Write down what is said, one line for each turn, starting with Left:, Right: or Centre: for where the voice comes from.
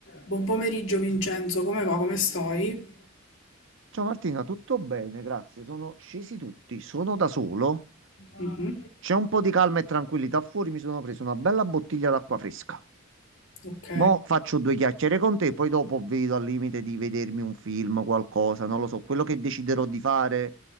Left: Buon pomeriggio Vincenzo, come va? Come stai?
Right: Ciao Martina, tutto bene, grazie. Sono scesi tutti, sono da solo.
Left: Mhm,
Right: C'è un po' di calma e tranquillità fuori, mi sono preso una bella bottiglia d'acqua fresca.
Left: Ok,
Right: Mo' faccio due chiacchiere con te, poi dopo vedo al limite di vedermi un film, qualcosa, non lo so, quello che deciderò di fare,